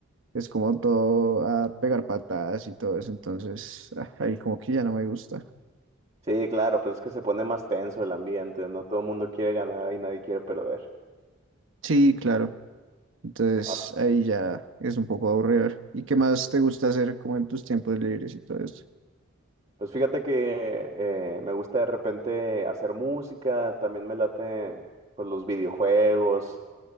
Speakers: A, on the right; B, on the right.
A: es como todo a pegar patadas y todo eso, entonces ah, ahí como que ya no me gusta.
B: Sí, claro, pues es que se pone más tenso el ambiente, no todo el mundo quiere ganar y nadie quiere perder.
A: Sí, claro. Entonces
B: Ahora,
A: ahí ya es un poco aburrido. ¿Y qué más te gusta hacer como en tus tiempos libres y todo eso?
B: pues fíjate que eh, me gusta de repente hacer música, también me late pues los videojuegos,